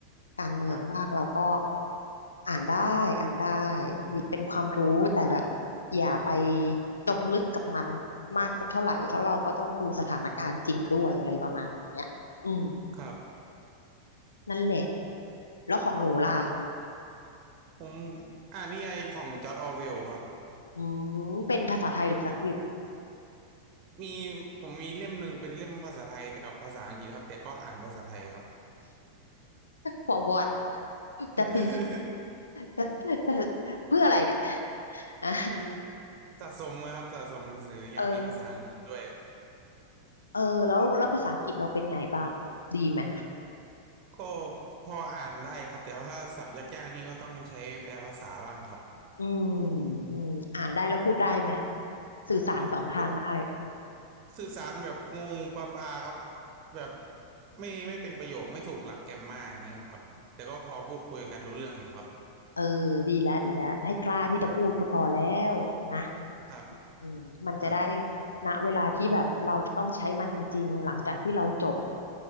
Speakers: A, on the left (about 75°); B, on the right (about 35°).
A: การเมืองบ้างเราก็
B: ครับ
A: อ่านได้ อ่านได้ มีเป็นความรู้แต่แบบอย่าไปจมลึกกับมันมากสักเท่าไหร่เพราะเราก็ต้องดูสถานการณ์จริงด้วยอะไรประมาณอย่างเงี้ยอืม
B: ครับ
A: นั่นแหละ แล้วของหนูล่ะ
B: ผมอ่านนิยายของจอร์จออร์เวลครับ
A: อืมเป็นภาษาไทยหรือภาษาอังกฤษ
B: มีผมมีเล่มหนึ่งเป็นเล่มภาษาไทยแต่กับภาษาอังกฤษครับแต่ก็อ่านภาษาไทยครับ
A: for what
B: <laughs>
A: จะ <laughs> ซื้อจะจะเพื่ออะไรเนี่ยอ่ะ
B: มันสะสมเลยครับสะสมหนังสืออยากมีภาษาอังกฤษด้วย
A: เออเออแล้วแล้วภาษาอังกฤษเราเป็นไงบ้าง ดีไหม
B: ก็พออ่านได้ครับแต่ว่าศัพท์ยากๆนี่ก็ต้องใช้แปลภาษาบ้างครับ
A: อืมอืมอ่านได้แล้วพูดได้ไหม สื่อสารสองทางได้
B: พูดสื่อสารแบบงงปลาปลาๆครับแบบไม่ไม่เป็นประโยคไม่ถูกหลักแกรมมาอย่างเงี้ยครับแต่ก็พอพูดคุยกันรู้เรื่องอยู่ครับ
A: เออดีแล้วดีแล้ว ให้กล้าที่จะพูดก็พอแล้วนะ
B: ครับ
A: อืมมันจะได้
B: ครับ
A: ณเวลาที่แบบเราจะต้องใช้มันจริงๆ หลังจากที่เราจบ